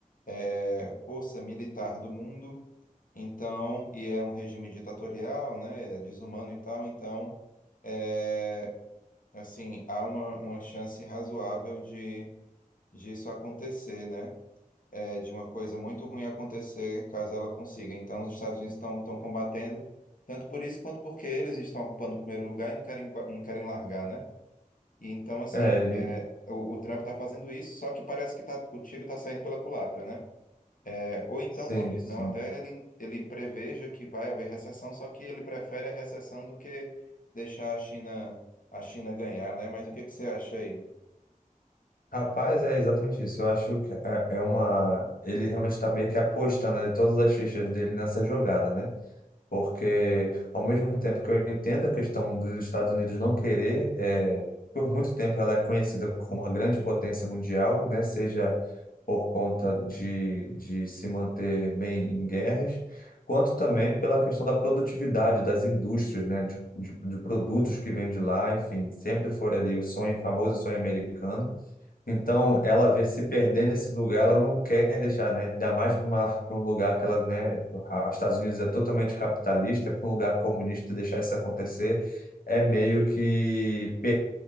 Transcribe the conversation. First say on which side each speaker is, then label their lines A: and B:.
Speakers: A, on the left (about 70°); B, on the left (about 80°).
A: é, força militar do mundo, então, e é um regime ditatorial, né, é desumano e tal, então, é, assim, há uma, uma chance razoável de disso acontecer, né? é, de uma coisa muito ruim acontecer caso ela consiga. Então, os Estados Unidos estão estão combatendo, tanto por isso quanto porque eles estão ocupando o primeiro lugar e não querem, gua- não querem largar, né? E então, assim,
B: É, e-
A: é, o, o Trump está fazendo isso, só que parece que tá, o tiro está saindo pela culatra, né? É, ou então,
B: sim,
A: talvez
B: sim.
A: não, até ele, ele preveja que vai haver recessão, só que ele prefere a recessão do que deixar a China, a China ganhar, né? Mas o que que você acha aí?
B: Rapaz, é exatamente isso. Eu acho que é é uma. Ele realmente está meio que apostando ali todas as fichas dele nessa jogada, né? Porque, ao mesmo tempo que eu entendo a questão dos Estados Unidos não querer, é, por muito tempo ela é conhecida como uma grande potência mundial, né? Seja por conta de, de se manter bem em guerras, quanto também pela questão da produtividade das indústrias, né? De, de, de produtos que vêm de lá, enfim, sempre foi ali o sonho, famoso sonho americano. Então, ela vê se perder nesse lugar, ela não quer deixar, né? Ainda mais para uma, para um lugar que ela, né? a- Os Estados Unidos é totalmente capitalista, para um lugar comunista deixar isso acontecer é meio que